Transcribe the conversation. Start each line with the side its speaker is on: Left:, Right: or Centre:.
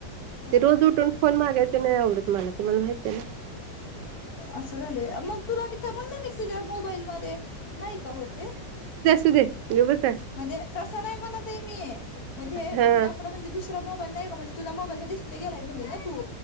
Left: हं
Right: ते रोज उठून फोन मागायचे नाही आवडत मला तुम्हाला माहितीये ना.
Left: असं झालंय मग तुला बी तवा म्हणलं नाही तुझ्या मोबाईल मध्ये. नाही का होत ते.
Right: असुदे गप बस
Left: म्हणजे तसं नाही म्हणतये मी म्हणजे
Right: हा
Left: तुझ्याकडं म्हणजे दुसरा मोबाईल नाहीये का म्हणजे तुझा मोबाईलचा डिस्प्ले गेलाय म्हणली ना तू.